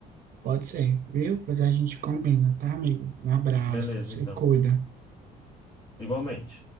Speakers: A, on the right (about 60°); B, on the left (about 25°).
A: pode ser, viu? Pois a gente combina, tá, amigo? Um abraço,
B: Beleza,
A: se
B: então.
A: cuida.
B: Igualmente.